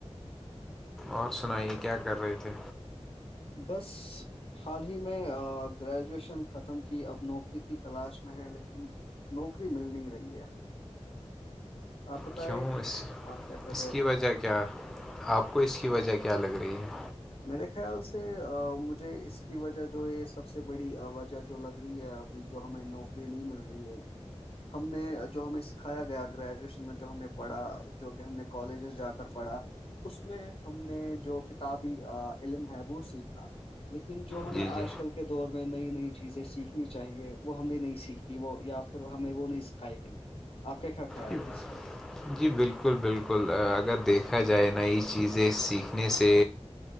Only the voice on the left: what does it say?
بس حال ہی میں گریجویشن ختم کی اب نوکری کی تلاش میں ہے لیکن نوکری مل نہیں رہی ہے آپ بتائے
آپ کیا کر
رہے
تھے
میرے خیال سے مجھے اس کی وجہ جو ہے سب سے بڑی وجہ جو لگ رہی ہے ابھی جو ہمیں نوکری نہیں مل رہی ہے ہم نے جو ہمیں سکھایا گیا گریجویشن میں جو ہم نے پڑھا جو کہ ہم نے کالجز جا کر پڑھا اس میں ہم نے جو کتاب علم ہے وہ سیکھا لیکن جو ہمیں
آج
کل کے کے دور میں نئی نئی چیزیں سیکھنی چاہیے وہ ہم نے نہیں سیکھی وہ یا پھر ہمیں وہ نہیں سکھائی گئی آپ کا کیا خیال
ہے اس پہ